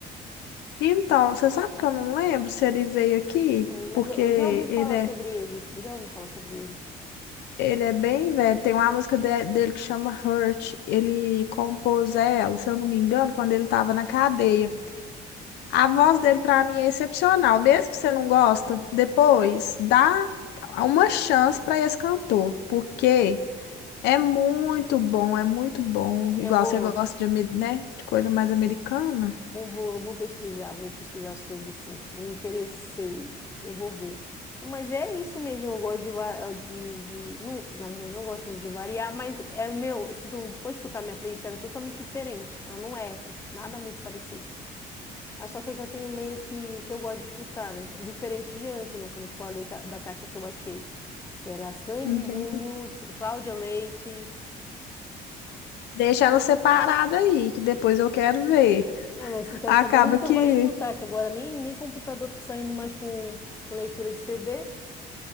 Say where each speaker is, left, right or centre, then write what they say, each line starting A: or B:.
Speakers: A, on the left; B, on the left.
A: Então, você sabe que eu não lembro se ele veio aqui,
B: Sei, mas
A: porque
B: eu,
A: ele
B: eu já ouvi falar
A: é.
B: sobre ele. Eu já ouvi falar sobre ele.
A: Ele é bem velho. Tem uma música de- dele que chama Hurt. Ele compôs ela, se eu não me engano, quando ele estava na cadeia. A voz dele, pra mim, é excepcional. Mesmo que você não gosta, depois dá uma chance para esse cantor, porque é muito bom, é muito bom. Igual
B: Eu vou,
A: você gosta de, ame- né, de coisa mais americana.
B: eu vou, eu vou pesquisar, vou pesquisar sobre sim. Me interessei, eu vou ver. Mas é isso mesmo, eu gosto de, va- de, de- não, na verdade, eu não gosto muito de variar, mas é o meu, se tu for escutar minha playlist, ela é totalmente diferente. Ela não é nada muito parecido. Mas só que eu já tenho meio que o que eu gosto de escutar, né? Diferente de antes, né? Como eu te falei ca- da caixa que eu achei. Que era Sandy
A: Entendi.
B: Júnior, Cláudia Leite.
A: Deixa ela separada aí, que depois eu quero ver.
B: É, mas eu quero
A: Acaba
B: saber onde tu
A: que
B: vai escutar, que agora nem, nem computador tá saindo mais com leitura de CD.